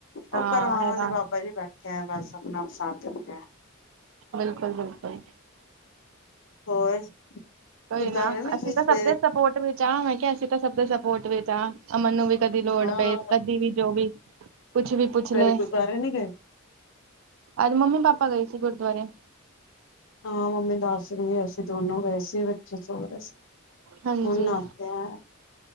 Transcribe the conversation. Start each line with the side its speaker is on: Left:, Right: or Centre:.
Left: ਉਹ
Right: ਹਾਂ
Left: ਕਰਵਾਣ
Right: ਹੈਰਾਨ
Left: ਵਾਲੇ ਬਾਬਾ ਜੀ ਬੈਠੇ ਆ ਬਸ, ਆਪਣਾ ਸਾਥ ਦਿੰਦੇ ਆ।
Right: ਬਿਲਕੁਲ-ਬਿਲਕੁਲ
Left: ਹੋਰ
Right: ਕੋਈ
Left: ਗੁਰਦੁਆਰੇ
Right: ਨਾ
Left: ਨੀ
Right: ਅਸੀਂ
Left: ਗਏ
Right: ਤਾਂ
Left: ਸਵੇਰੇ
Right: ਸਭ ਦੇ ਸਪੋਰਟ ਵਿੱਚ ਹਾਂ। ਮੈਂ ਕਿਹਾ ਅਸੀਂ ਤਾਂ ਸਭ ਦੇ ਸਪੋਰਟ ਵਿੱਚ ਹਾਂ। ਅਮਨ ਨੂੰ ਵੀ ਕਦੀ ਲੋੜ
Left: ਹਾਂ
Right: ਪਏ, ਕਦੀ ਵੀ ਜੋ ਵੀ ਕੁਛ ਵੀ
Left: ਸਵੇਰੇ
Right: ਪੁੱਛ ਲਏ।
Left: ਗੁਰਦੁਆਰੇ ਨੀ ਗਏ
Right: ਅੱਜ ਮੰਮੀ ਪਾਪਾ ਗਈ ਸੀ ਗੁਰਦੁਆਰੇ।
Left: ਹਾਂ, ਮੰਮੀ ਦੱਸ ਰਹੀ ਆ ਅਸੀ ਦੋਨੋ ਗਏ ਸੀ। ਬੱਚੇ ਸੋ ਰਹੇ ਸੀ।
Right: ਹਾਂਜੀ
Left: ਹੁਣ ਨਾਹਤੇ ਆ,